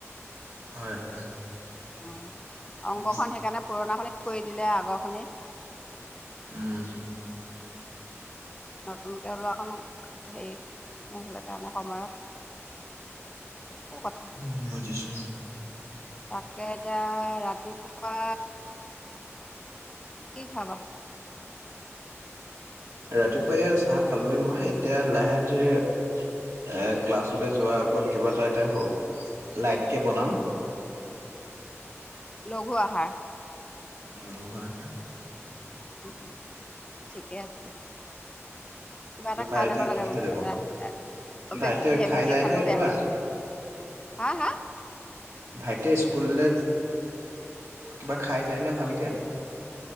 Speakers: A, on the right; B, on the left.
A: হয় হয়
B: উম অংকখন
A: উম
B: সেইকাৰণে পুৰণা খনে কৰি দিলে আগৰখনে
A: উম
B: নতুনকে ওলোৱা কো হেৰি নহ'লে কাৰণে সময়ত সেই কথা
A: উম বুজিছো
B: তাকে এতিয়া ৰাতিপুৱা কি খাবা
A: ৰাতিপুৱা ই চাহ খালোে মই এতিয়া লাহে যেে এ ক্লাছলৈ যোৱাৰ আগত কিবা এটা এতিয়া হওক লাইটকে বনাম <unintelligible>
B: লঘু আহাৰ
A: <unintelligible>
B: অ ঠিকেই আছে কিবা এটা খাই
A: ভাইটি
B: যাব লগা
A: কি খাই
B: মুঠ
A: যাব?
B: দাদা
A: ভাইটিয়ে
B: বেছি হেভিকে
A: খাই যায়
B: খালেও
A: নে
B: বেয়া
A: কিবা?
B: হা হা
A: ভাইটিয়ে স্কুললে কিবা খাই চায়নে ভালকে